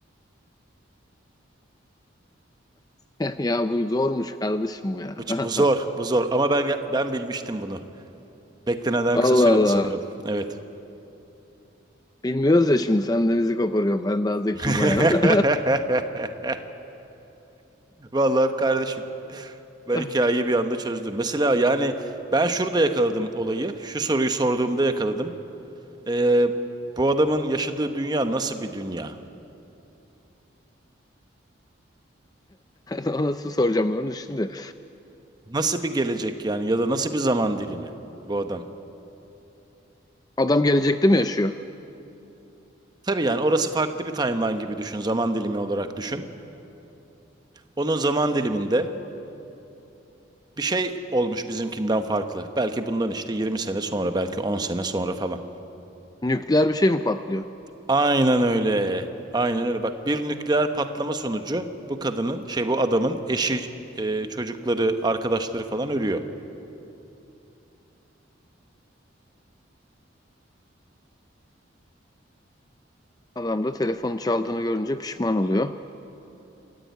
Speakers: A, on the left (about 20°); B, on the right (about 20°).
A: <laughs> Ya bu zormuş kardeşim bu ya.
B: Bu, ç-
A: <laughs>
B: bu zor, bu zor. Ama ben ge- ben bilmiştim bunu. Beklenenden
A: Allah
B: kısa sürede
A: Allah.
B: sanırım. Evet.
A: Bilmiyoruz ya şimdi sen de bizi koparıyorsun. Ben daha zekiyim
B: <laughs>
A: ayağına.
B: Vallahi kardeşim ben
A: <laughs>
B: hikayeyi bir anda çözdüm. Mesela yani ben şurada yakaladım olayı. Şu soruyu sorduğumda yakaladım. Ee, bu adamın yaşadığı dünya nasıl bir dünya?
A: Ona nasıl soracağım ben onu şimdi.
B: Nasıl bir gelecek yani ya da nasıl bir zaman dilimi bu adam?
A: Adam gelecekte mi yaşıyor?
B: Tabii yani orası farklı bir timeline gibi düşün, zaman dilimi olarak düşün. Onun zaman diliminde bir şey olmuş bizimkinden farklı. Belki bundan işte 20 sene sonra, belki 10 sene sonra falan.
A: Nükleer bir şey mi patlıyor?
B: Aynen öyle. Aynen öyle. Bak bir nükleer patlama sonucu bu kadının, şey bu adamın eşi, e, çocukları, arkadaşları falan ölüyor.
A: Adam da telefonu çaldığını görünce pişman oluyor.